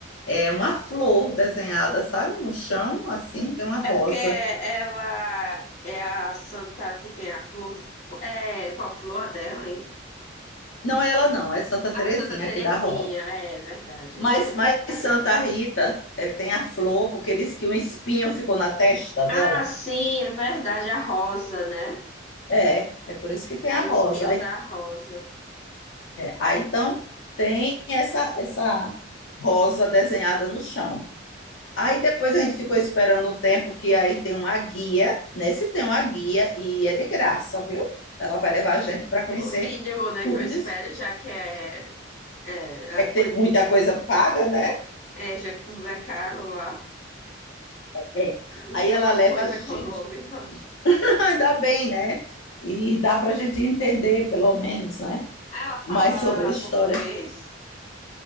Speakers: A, on the left; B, on the left.
A: É uma flor desenhada, sabe, no chão, assim, tem uma rosa.
B: É porque ela é a santa que tem a flor, é, qual flor a dela, hein?
A: Não é ela, não, é Santa
B: Ah,
A: Terezinha
B: Santa Terezinha,
A: aqui da Rosa.
B: é verdade.
A: Mas, mas Santa Rita eh, tem a flor, porque diz que um espinho ficou na testa dela.
B: Ah, sim, é verdade, a Rosa, né?
A: É, é por isso que tem
B: Aí
A: a rosa.
B: o espinho
A: Aí,
B: da Rosa.
A: aí, então tem essa, essa rosa desenhada no chão. Aí depois a gente ficou esperando um tempo que aí tem uma guia. Nesse tem uma guia e é de graça, viu? Ela vai levar a gente para conhecer
B: O mínimo, né,
A: tudo
B: que eu espero,
A: disso
B: já que é, é, a
A: É que
B: coisa,
A: tem muita coisa paga, né?
B: é, já que tudo é caro lá.
A: É.
B: Enfim,
A: Aí ela
B: uma
A: leva
B: coisa
A: a gente.
B: econômica.
A: <laughs> Ainda bem, né? E dá para a gente entender, pelo menos, né?
B: Ela fala
A: Mais sobre a história.
B: português?